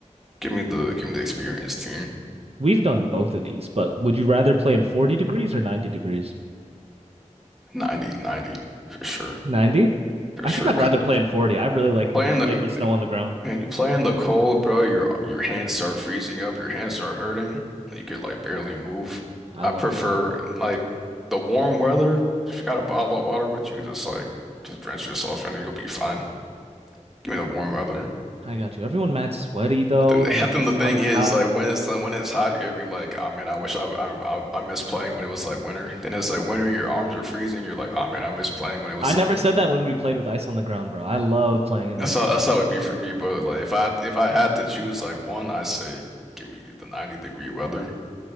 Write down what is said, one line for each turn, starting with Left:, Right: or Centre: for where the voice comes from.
Centre: Give me the give me the experienced team.
Right: We've done both of these, but would you rather play in 40 degrees or 90 degrees?
Centre: ninety 90 for sure,
Right: 90?
Centre: for
Right: I
Centre: sure.
Right: think I'd
Centre: Because
Right: rather play in 40. I really liked when
Centre: playing
Right: we played
Centre: the
Right: with snow on the ground.
Centre: Man, you play in the cold, bro. Your your hands start freezing up. Your hands start hurting. You could like barely move.
Right: I
Centre: I
Right: loved
Centre: prefer
Right: it, man.
Centre: like the warm weather. If you got a bottle of water with you, just like just drench yourself in it. You'll be fine. Give me the warm weather.
Right: I got you. Everyone mad sweaty though,
Centre: I think the,
Right: and
Centre: <laughs>
Right: like
Centre: I think
Right: the sun's
Centre: the thing is
Right: hot.
Centre: like when it's when it's hot, you're gonna be like, oh man, I wish I I I, I miss playing when it was like winter. Then it's like winter, your arms are freezing. You're like, oh man, I miss playing when it was
Right: I
Centre: summer.
Right: never said that when we played with ice on the ground, bro. I love playing in
Centre: That's
Right: the wind.
Centre: how that's how it'd be for me. But like if I if I had to choose like one, I say give me the 90 degree weather.